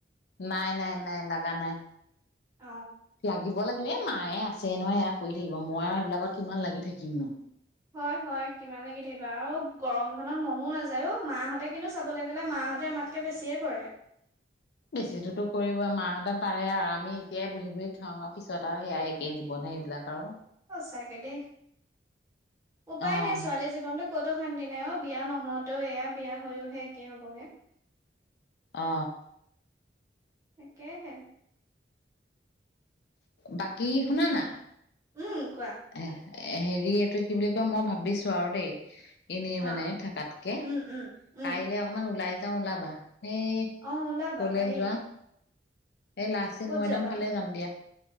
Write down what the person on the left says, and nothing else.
নাই নাই-নাই, লাগা নাই।
লাগিব লাগে এ মায়ে আছে নহয় সেইয়া কৰি থাকিব, মই আৰু এইবিলাকত কিমান লাগি থাকিম নো।
বেছিতোটো কৰিব মাহঁতে পাৰে আৰু আমি এতিয়াই বহি বহি খাওঁ আৰু পিছত আৰু সেয়াই একেই জীৱনহে এইবিলাক আৰু।
অ',
অঁ।
বাকী শুনা না।
<unintelligible> এ হেৰি এইটো কি বুলি কয় মই ভাবিছো আৰু দেই এনেই
মানে থকাতকে
কাইলে অকমান ওলাই যাও ওলাবা সেই
কলে
যোৱা এ লাচিন
মইদম
ফালে যাম দিয়া